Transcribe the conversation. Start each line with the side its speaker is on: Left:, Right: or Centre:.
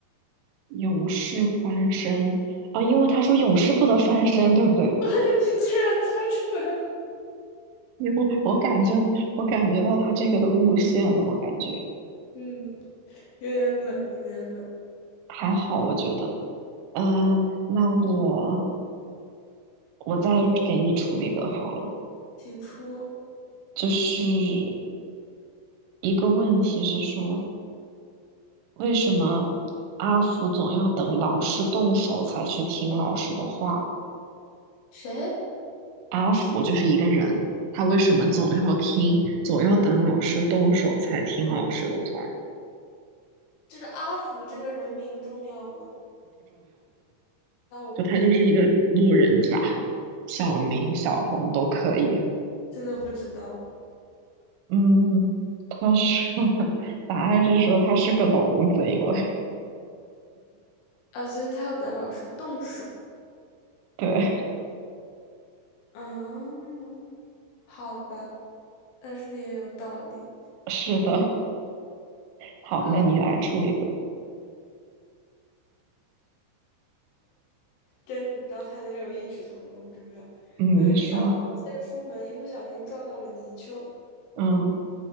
Right: 勇士翻身，啊，因为他说勇士不得翻身，
Left: 嗯，
Right: 对不对？
Left: <laughs> 你居然猜出来了。
Right: 因为我感觉我感觉到他这个的路线了，我感觉
Left: 嗯，有点冷，有点冷，
Right: 还好，我觉得。嗯，那我我再给你出一个好了，
Left: 请出。
Right: 就是一个问题是说，为什么阿福总要等老师动手才去听老师的话？
Left: 谁？
Right: 阿福就是一个人，他为什么总要听，总要等老师动手才听老师的话？
Left: 这个阿福这个人名重要吗？那我不知，
Right: 就他就是一个路人甲，小明、
Left: 那我不，
Right: 小红都可以。
Left: 嗯，真的不知道
Right: 嗯，他是 <laughs>，答案是说他是个聋子，因为
Left: 啊。所以他要等老师动手。
Right: 对，
Left: 嗯，好吧，但是也有道理
Right: 是的。好，
Left: 啊。
Right: 那你来出一个。
Left: 跟你刚才的有异曲同工之妙。
Right: 嗯，
Left: 有一只小螃蟹出门，
Right: 你说，
Left: 一不小心撞到了泥鳅。
Right: 嗯，